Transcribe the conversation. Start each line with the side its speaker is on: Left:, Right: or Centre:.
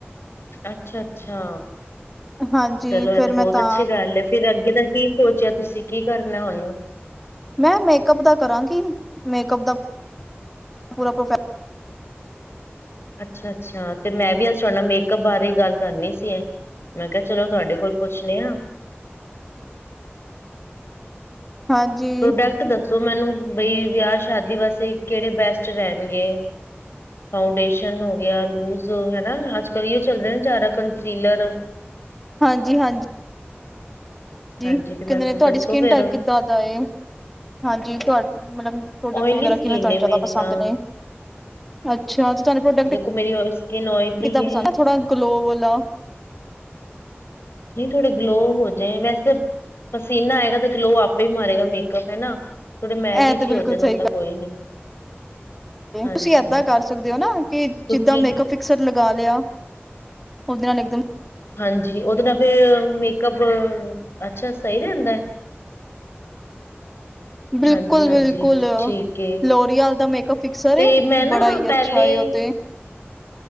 Left: ਅੱਛਾ-ਅੱਛਾ
Centre: ਹਾਂਜੀ
Left: ਚਲੋ ਏ
Centre: ਫਿਰ
Left: ਤੇ
Centre: ਮੈਂ
Left: ਬਹੁਤ
Centre: ਤਾਂ
Left: ਅੱਛੀ ਗੱਲ ਫੇਰ ਅੱਗੇ ਦਾ ਕੀ। ਸੋਚਿਆ ਤੁਸੀਂ ਕੀ ਕਰਨੈ ਹੁਂਨ?
Centre: ਮੈਂ ਮੇਕਅਪ ਦਾ ਕਰਾਂਗੀ, ਮੇਕਅਪ ਦਾ, ਪੂਰਾ ਪ੍ਰੋਫੈ
Left: ਅੱਛਾ-ਅੱਛਾ ਤੇ ਮੈਂ ਵੀ ਆਜ ਤੁਹਾਡੇ ਨਾਲ ਮੇਕਅਪ ਬਾਰੇ ਗੱਲ ਕਰਨੀ ਸੀ ਏ। ਮੈਂ ਕੇਹਾ ਚਲੋ ਤੁਹਾਡੇ ਕੋਲ ਪੁੱਛਣੇ ਆ।
Centre: ਹਾਂਜੀ
Left: ਪ੍ਰੋਡਕਟ ਦੱਸੋ ਮੈਨੂੰ ਬਈ ਵਿਆਹ ਸ਼ਾਦੀ ਵਾਸਤੇ ਕੇਹੜੇ ਬੈਸਟ ਰੈਹਣਗੇ। ਫਾਊਂਡੇਸ਼ਨ ਹੋ ਗੇਆ ਲੂਜ ਹੈਨਾ ਅੱਜ-ਕੱਲ ਐਈਉ ਚੱਲ ਰੇਆ ਜਯਾਦਾ ਕੰਸੀਲਰ
Centre: ਹਾਂਜੀ-ਹਾਂਜੀ। ਜੀ
Left: ਹਾਂਜੀ
Centre: ਕੈਹੰਦੇ
Left: ਤੇ ਮੈਨੂੰ
Centre: ਨੇ ਤੁਹਾਡੀ
Left: ਦੱਸੋ
Centre: ਸਕਿਨ
Left: ਫੇਰ
Centre: ਟਾਈਪ ਕਿਂਦਾ ਦਾ ਏ। ਹਾਂਜੀ ਤੁਹਾ, ਵੀ ਮਤਲਬ ਪ੍ਰੋਡਕਟ
Left: ਓਇਲੀ
Centre: ਵਗੈਰਾ
Left: ਸਕਿਨ
Centre: ਕਿਵੇਂ ਤੁਹਾਨੂੰ
Left: ਨੇ ਮੇਰੀ
Centre: ਜ਼ਆਦਾ ਪਸੰਦ
Left: ਤਾਂ
Centre: ਨੇ? ਅੱਛਾ ਤੇ ਤੁਆਨੂੰ ਪ੍ਰੋਡਕਟ,
Left: ਦੇਖੋ ਮੇਰੀ ਸਕਿਨ ਓਇਲੀ
Centre: ਕਿੱਦਾਂ
Left: ਹੈ
Centre: ਪੰਸਦ ਥੋੜਾ ਗਲੋ ਵਾਲਾ
Left: ਨਹੀਂ ਥੋੜੇ ਗਲੋ ਹੋ ਜਾਏ ਵੈਸੇ, ਪਸੀਨਾ ਆਏਗਾ ਤਾਂ ਗਲੋ ਆਪੇ ਈ ਮਾਰੇਗਾ ਮੇਕਅਪ ਹੈਨਾ। ਥੋੜੇ ਮੈਟ
Centre: ਇਹ
Left: ਇਚ
Centre: ਤੇ ਬਿਲਕੁਲ
Left: ਈ ਹੋ ਜਾਣ
Centre: ਸਹੀ
Left: ਓ ਤਾਂ ਕੋਈ ਨੀ। ਹਾਂਜੀ
Centre: ਤੁਸੀਂ ਏਦਾਂ ਕਰ ਸਕਦੇ ਓ ਨਾ ਕਿ
Left: ਕਿਉਂਕਿ
Centre: ਜਿੱਦਾਂ ਮੇਕਅਪ ਅਕਸਰ ਲਗਾ ਲੇਆ, ਓਹਦੇ ਨਾਲ ਏਕਦਮ
Left: ਹਾਂਜੀ ਉਹਦੇ ਨਾਲ ਫੇਰ ਮੇਕਅੱਪ- ਅੱਛਾ ਸਹੀ ਰਹਿੰਦਾ।
Centre: ਬਿਲਕੁਲ
Left: ਹਾਂਜੀ-ਹਾਂਜੀ
Centre: ਬਿਲਕੁਲ
Left: ਠੀਕ,
Centre: ਲੋਰੀਅਲ ਦਾ ਮੇਕਅਪ ਫਿਕਸਰ
Left: ਤੇ
Centre: ਏ
Left: ਮੈਂ ਨਾ
Centre: ਬੜਾ ਹੀ
Left: ਪਹਿਲੇ
Centre: ਅੱਛਾ ਏ ਉਹ ਤੇ